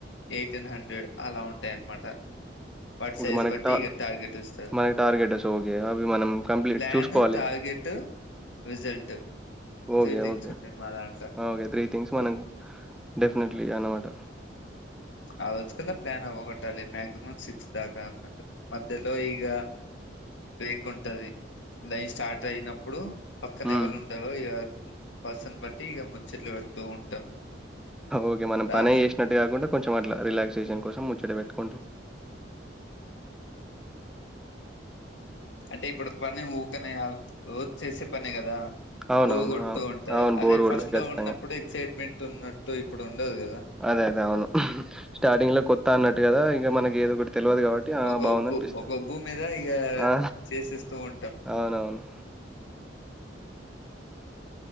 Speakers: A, on the left; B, in the centre.
A: ఎయిటీన్ హండ్రెడ్ అలా ఉంటాయి అన్నమాట వాట్
B: ఓకే.
A: సైజ్
B: మనకి
A: బట్టి
B: టా
A: ఇక టార్గెట్ ఇస్తారు
B: మనకి టార్గెటస్ ఓకే. అవి మనం కంప్లీట్
A: ప్లాన్
B: చూసుకోవాలి.
A: Target result
B: okay
A: three things
B: okay
A: ఉంటాయి మా దాంట్లో
B: ఓకే త్రీ థింగ్స్ మనం డెఫినెట్లీ అన్నమాట
A: ఆజకల్ ప్లాన్ట్ట అాలి మ్యాక్సిమమ్ సిక్స్ దాకా అన్మాట్టు మధ్యలో ఈగ బక్ ఉంటది లైన్ స్టార్ట్ అయినప్పుడు పక్కన
B: హ్మ్.
A: ఎవళ ఉంటారు ఇ పసను బట్టి ఇక ముచ్చట్లు పెడుతూ ఉంటాం
B: ఓకే మనం
A: దా
B: పనే చేసినట్టు కాకుండా కొంచెం అట్లా రిలాక్సేషన్ కోసం ముచ్చట పెట్టుకుంటామ్.
A: అంటే ఇప్పుడు పని ఊకనే కాద్ రోజ్ చేసే పనే కదా
B: అవునవును
A: బోరు కొడుతూ
B: అవును
A: ఉంటది
B: అవును
A: అదే
B: బోర్ కొడతది
A: ఫస్ట్ లో
B: ఖచ్చితంగా
A: ఉన్నప్పుడు ఎక్సైట్మెంట్ ఉన్నట్టు ఇప్పుడు ఉండదు కదా
B: అదే అదే అవును స్టార్టింగ్ లో కొత్త అన్నట్టు కదా ఇంగ మనకి ఏదోకటి తెలవదు కాబట్టి ఆ
A: ఒక
B: బాగుందనిపిస్తది
A: ఒబ్బు ఒక ఒబ్బు మీద ఇగ
B: ఆ
A: చేసేస్తూ ఉంటాం
B: అవునవును.